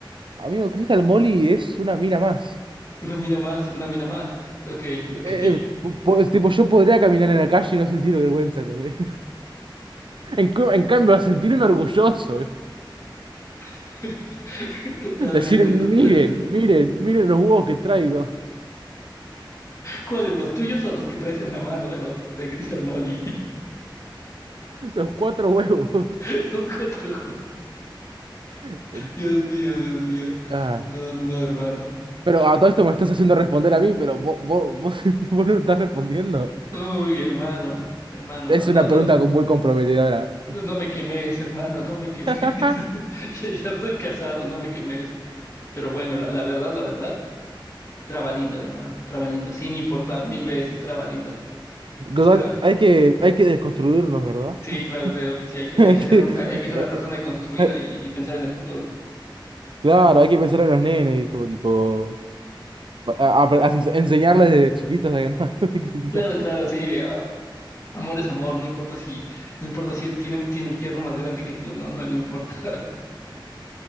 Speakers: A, on the right (about 70°); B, on the left (about 35°).
A: Amigo, Crystal Molly es una mina más.
B: Una mina más, una mina más. Ok, ok.
A: Eh, eh, po- tipo, yo podría caminar en la calle y no sentir vergüenza, ¿entendés? <laughs> En, cu- en cambio, a sentirme orgulloso. ¿eh?
B: <laughs> Totalmente,
A: Decir, miren,
B: total.
A: miren, miren los huevos que traigo.
B: ¿Cuáles, los tuyos o los que traes en la mano del otro, de Crystal Molly?
A: Los cuatro huevos. <laughs>
B: <laughs> Los cuatro.
A: Eh,
B: Dios mío, Dios mío.
A: ah,
B: No, no, no, hermano.
A: pero a todo esto me estás haciendo responder a mí, pero vos, vos, vos, <laughs> vos no estás respondiendo.
B: Uy, hermano, hermano,
A: Es
B: no, no,
A: una
B: no,
A: pregunta muy comprometedora.
B: no, no me quemes, hermano, no me quemes.
A: <laughs>
B: <laughs> Ya, ya estoy casado, no me quemes. Pero bueno, la, la verdad, la verdad, trabalindo, hermano, trabalindo, sin importar mil veces, trabalindo. O
A: Total,
B: sea,
A: hay que, hay que desconstruirnos, ¿verdad?
B: sí,
A: <laughs>
B: claro, claro que sí, hay que,
A: Hay
B: hay que
A: que-
B: ser un, hay, hay que ser
A: eh,
B: una persona construida
A: eh, eh,
B: y, y pensar en el futuro.
A: claro, hay que pensar en los nenes y todo tipo. pa- a- a- a ens- enseñarles desde chiquitos a que no <laughs> hay que discriminar.
B: Claro, claro, sí, eh, ah, amor es amor, no importa si, no importa si tiene, tiene el fierro más grande que tú, no, no, no importa.